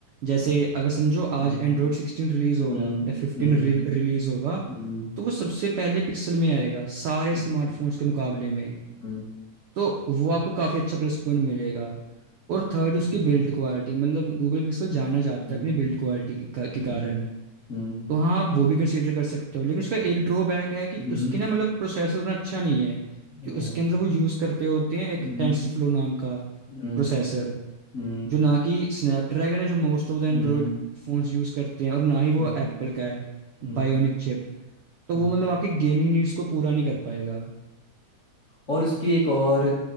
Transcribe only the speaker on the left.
हुँ,
हुँ,
हुँ,
हुँ,
ओके,
हुँ,
ओके,
हुँ,
हुँ, हुँ,
हुँ,
हाँ,
हुँ,
हुँ,
हुँ,
हुँ,
हुँ,
हुँ,
हुँ।
और उसकी एक और